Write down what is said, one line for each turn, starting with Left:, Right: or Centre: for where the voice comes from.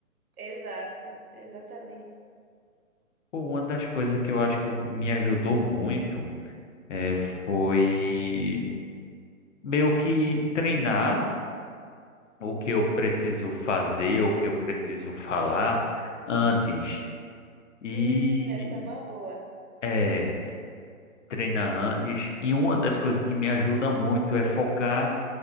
Right: Exato, exatamente.
Left: pô, uma das coisas que eu acho que eu- me ajudou muito é, foi meio que treinar o que eu preciso fazer, o que eu preciso falar antes. E
Right: Hum, essa é uma boa.
Left: é, treinar antes. E uma das coisas que me ajuda muito é focar.